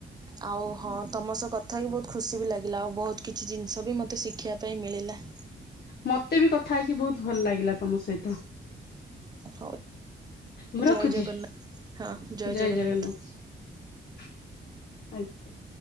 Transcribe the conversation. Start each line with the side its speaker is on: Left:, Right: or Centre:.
Right: ଆଉ ହଁ ତମସହ କଥା ହେଇ ବହୁତ ଖୁସି ବି ଲାଗିଲା, ଆଉ ବହୁତ କିଛି ଜିନିଷବି ମୋତେ ଶିଖିବା ପାଇଁ ମିଳିଲା।
Left: ମତେବି କଥା ହେଇକି ବହୁତ ଭଲ ଲାଗିଲା ଆପଣଙ୍କ ସହିତ।
Right: ହଉ
Left: ମୁଁ ରଖୁଛି
Right: ଜୟ ଜଗନ୍ନାଥ ହଁ
Left: ଜୟ
Right: ଜଗନ୍ନାଥ।
Left: ଜଗନ୍ନାଥ। ଆଜ୍ଞା